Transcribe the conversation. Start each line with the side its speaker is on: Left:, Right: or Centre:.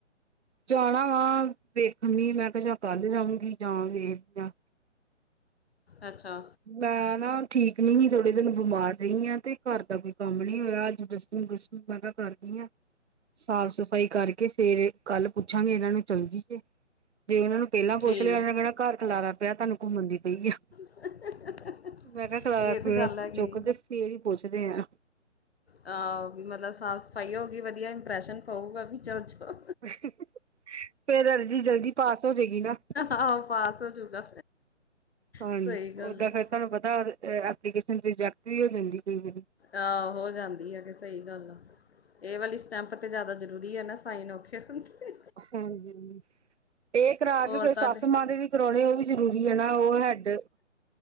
Right: ਜਾਣਾ ਵਾ ਵੇਖਣਨੀ ਮੈਂ ਕਿਹਾ ਜਾ ਕੱਲ ਜਾਊਗੀ ਜਾਂ ਵੇਖਦੀ ਆ।
Left: ਅੱਛਾ
Right: ਮੈਂ ਨਾ ਠੀਕ ਨਈ ਜੇ ਥੋੜੇ ਦਿਨ ਬਿਮਾਰ ਰਹੀ ਹਾਂ ਤੇ ਘਰ ਦਾ ਕੋਈ ਕੰਮ ਵੀ ਨੀ ਹੋਇਆ ਅੱਜ ਡੱਸ ਹੁਣ ਡੱਸਟਿੰਗ ਵਗੈਰਾ ਮੈਂ ਕਰਦੀ ਆ। ਸਾਫ -ਸਫ਼ਾਈ ਕਰਕੇ ਫੇਰ ਕੱਲ ਪੁੱਛਾਂਗੇ ਇਹਨਾਂ ਨੂੰ ਚਲ ਜੀ ਏ, ਜੇ ਇਨਾਂ ਨੂੰ ਪਹਿਲਾਂ ਪੁੱਛ
Left: ਠੀਕ
Right: ਲਿਆ ਇਨਾ ਨੇ ਕਹਿਣਾ ਘਰ ਖਲਾਰਾ ਪਿਆ ਤਾਨੂੰ ਘੁੰਮਣ ਦੀ ਪਈ ਆ।
Left: <inaudible>
Right: ਮੈਂ ਕੇਆ ਖਲਾਰਾ-
Left: ਇਹ
Right: ਖਲੁਰਾ
Left: ਤਾਂ ਗੱਲ ਹੈਗੀ
Right: ਚੁੱਕਦੇ ਫੇਰ ਹੀ ਪੁੱਛਦੇ ਆ।
Left: ਆ ਹੋ ਵੀ ਮਤਲਬ ਸਾਫ਼ -ਸਫਾਈ ਹੋਊਗੀ ਵਧੀਆ ਇੰਪਰੈਸ਼ਨ ਪਊਗਾ ਵੀ ਚਲ-ਚਲ
Right: <inaudible> ਫੇਰ ਅਰਜ਼ੀ ਜਲਦੀ ਪਾਸ ਹੋ ਜੇਗੀ ਨਾ।
Left: ਆਹੋ ਪਾਸ ਹੋ ਜੂਗਾ
Right: ਹਾਂਜੀ
Left: ਸਹੀ ਗੱਲ
Right: ਉਦਾਂ
Left: ਹੈ
Right: ਫੇਰ ਤੁਹਾਨੂੰ ਪਤਾ ਅ ਐਪਲੀਕੇਸ਼ਨ ਰਿਜੈਕਟ ਵੀ ਹੋ ਜਾਂਦੀ ਕਈ ਵਾ
Left: ਆਹ ਹੋ ਜਾਂਦੀ ਆ ਏ ਤੇ ਸਹੀ ਗੱਲ ਆ। ਇਹ ਵਾਲੀ ਸਟੈਂਪ ਤੇ ਜ਼ਿਆਦਾ ਜ਼ਰੂਰੀ ਆ ਨਾ ਸਾਈਨ ਔਖੇ ਹੁੰਦੇ।
Right: ਹਾਂਜੀ। ਇਹ ਕਰਾ
Left: ਹੋਰ
Right: ਕੇ ਫੇਰ
Left: ਤੁਹਾਡੇ
Right: ਸੱਸ ਮਾਂ ਦੇ ਵੀ ਕਰਾਉਣੇ ਉਹ ਵੀ ਜਰੂਰੀ ਆ ਨਾ ਉਹ ਹੈਡ